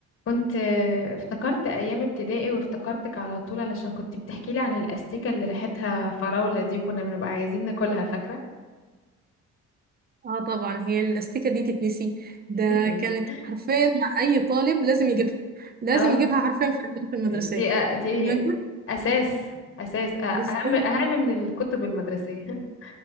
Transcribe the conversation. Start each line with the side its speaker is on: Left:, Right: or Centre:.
Left: كنت آه، افتكرت ايام ابتدائي وافتكرتك على طول علشان كنت بتحكي لي عن الاستيكه اللي ريحتها فراوله دي كنا بنبقى عايزين ناكلها فاكره
Right: اه طبعا هي الاستيكه دي تتنسي ده
Left: <laughs>
Right: كانت حرفيا مع اي طالب لازم يجيبها لازم
Left: اه
Right: يجيبها حرفيا في البنك المدرسيه
Left: دي آه، دي
Right: ومن كتر-
Left: اساس اساس آه،
Right: بالظبط
Left: اهم اهم من الكتب المدرسيه <laughs>